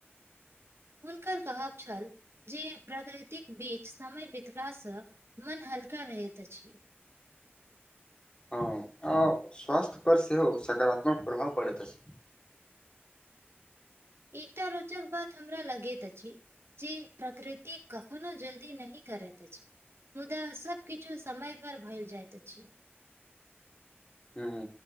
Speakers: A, on the right (about 75°); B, on the left (about 25°).
A: हुनकर कहब छल जे प्रकृ- तीक बीच समय बितलाा स मन हल्का रहैत अछि
B: हँ आ स्वास्थ्य पर सेहो सकारात्मक प्रभाव परैत अछि
A: एकटा रोचक बात हमरा लगैत अछि जे प्रकृति कखनो जल्दी नहि करैत अछि मुदा सब किछु समय पर भैल जाइत अछि
B: हूँ